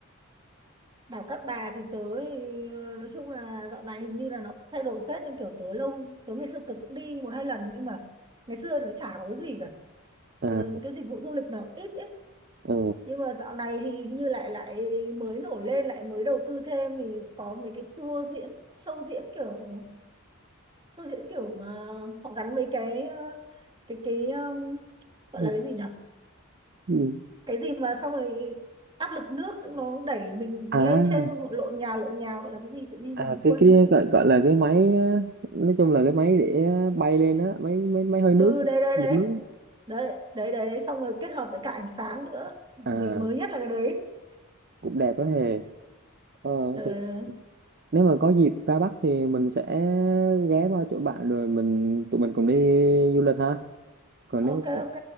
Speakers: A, on the right; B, on the right.
A: đảo Cát Bà thì tớ thì, ờ, nói chung là dạo này hình như là nó cũng thay đổi phết nhưng kiểu tớ lâu tớ ngày xưa tớ cũng đi một hai lần nhưng mà ngày xưa thì nó chả có cái gì cả
B: à
A: Ờ, những cái dịch vụ du lịch nó ít ấy
B: ờ,
A: nhưng mà dạo này thì hình như lại lại mới nổi lên lại mới đầu tư thêm thì có mấy cái tour diễn show diễn kiểu show diễn kiểu mà họ gắn mấy cái ờ, cái cái um, gọi
B: đâu-
A: là cái gì nhỉ
B: gì?
A: cái gì mà xong rồi áp lực nước nó đẩy mình
B: à
A: lên trên xong rồi lộn nhào lộn nhào gọi là cái gì tự nhiên
B: à
A: mình
B: cái
A: quên
B: cái
A: mất rồi.
B: gọi, gọi là cái máy á, nói chung là cái máy để bay lên á máy máy máy hơi nước
A: ừ đấy đấy
B: lực
A: đấy
B: nước
A: đấy đấy đấy đấy xong rồi kết hợp với cả ánh sáng nữa gì
B: à
A: mới nhất là cái đấy
B: cũng đẹp đó hề ờ,
A: ừ.
B: thì nếu mà có dịp ra Bắc thì mình sẽ ghé qua chỗ bạn rồi mình tụi mình cùng đi du lịch ha còn nếu
A: ok ok